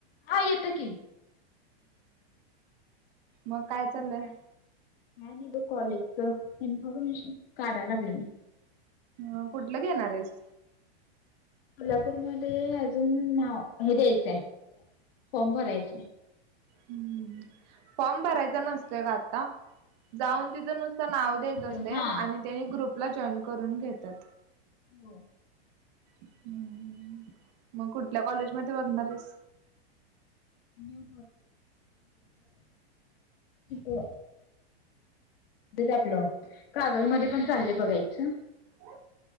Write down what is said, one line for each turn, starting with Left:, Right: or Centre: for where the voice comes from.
Left: हा येतं की
Right: मग काय चाललंय
Left: म का का नाही ब कॉलेजच.. इन्फॉर्मेशन काढायला लागलं मी..
Right: अ कुठलं घेणार आहेस...
Left: कोल्हापूरमध्ये अजून हे द्यायचंय... फॉर्म भरायचं...
Right: हम्म फॉर्म भरायचा नसतोय का आता... जाऊन
Left: नाही
Right: तिथं नुसतं नाव द्यायचं
Left: तिथं
Right: असते
Left: हा
Right: आणि त्यानी ग्रुपला जॉईन करून घेतात...
Left: हो..
Right: हम्म मग कुठल्या कॉलेज मध्ये बघणार आहे.
Left: न्यू हो.. आपलं कागल मध्ये पण चाललंय बघायचं..
Right: ओ...